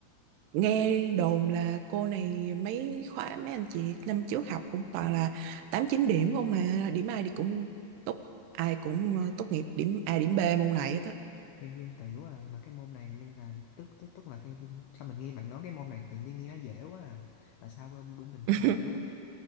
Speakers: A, on the right (about 75°); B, on the left (about 80°).
A: nghe đồn là cô này mấy khóa mấy anh chị năm trước học cũng toàn là tám chín điểm không mà điểm ai thì cũng tốt ai cũng ờ, tốt nghiệp điểm A điểm B môn này hết á
B: Ghen ghen tiểu à mà cái môn này nhưng là tức tức tức là cái, sao mình nghe bạn nói cái môn này tự nhiên nghe nó dễ quá à. Mà sao bên, bên mình nó
A: <laughs>
B: lạ đó.